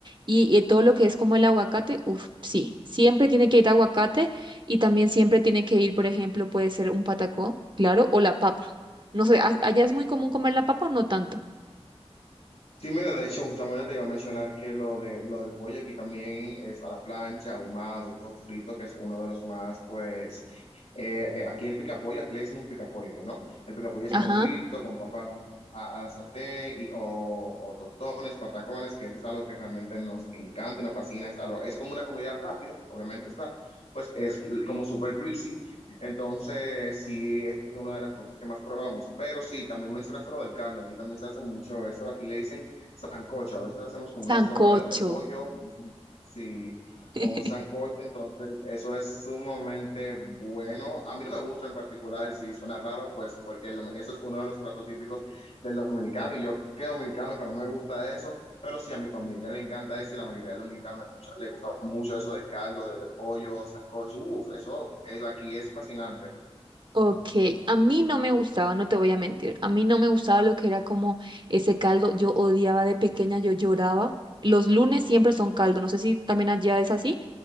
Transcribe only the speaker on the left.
Sí, mira, de hecho, justamente te iba a mencionar que lo de lo del pollo aquí también es a la plancha, ahumado, frito, que es uno de los más, pues, Eh, eh, aquí el picapollo, aquí le decimos picapollo, ¿no? El picapollo es
como frito, con papa a, a la sartén, y, o, o tostones, patacones, que eso es algo que realmente nos encanta y nos fascina. Es, algo- es como una comida rápida, obviamente está, pues es como súper greasy. Entonces, sí, esa es una de las cosas que más probamos. Pero sí, también mencionaste lo del caldo, aquí también se hace mucho eso, aquí le dicen sancocho, a veces hacemos como
una sopa de, de pollo, sí
o un sancocho, entonces eso es sumamente bueno. A mí no me gusta en particular, si suena raro, pues porque el dom- eso es uno de los platos típicos del dominicano y yo que dominicano que no me gusta eso, pero sí a mi familia le encanta eso y la mayoría del dominicano le, mucha- le gusta mucho eso de caldo, de, de pollo, sancocho, uff, eso, eso aquí es fascinante.